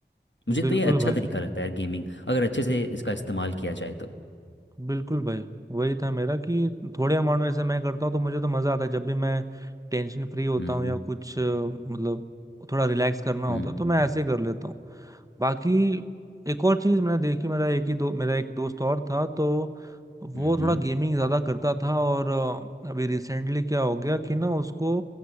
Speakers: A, on the left (about 75°); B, on the right (about 20°).
A: मुझे
B: बिल्कुल
A: तो ये अच्छा
B: भाई
A: तरीका लगता है यार गेमिंग अगर अच्छे से इसका इस्तेमाल किया जाए तो
B: बिल्कुल भाई वही था मेरा कि थोड़े अमाउंट में से मैं करता हूँ तो मुझे तो मजा आता है जब भी मैं टेंशन फ्री होता
A: हम्म
B: हूँ या कुछ अ, मतलब थोड़ा रिलैक्स करना होता
A: हम्म
B: है तो मैं ऐसे ही कर लेता हूँ बाकी एक और चीज मैंने देखी मेरा एक ही दो मेरा एक दोस्त और था तो वो
A: हम्म
B: थोड़ा गेमिंग ज्यादा करता था और अ, अभी रिसेंटली क्या हो गया कि ना उसको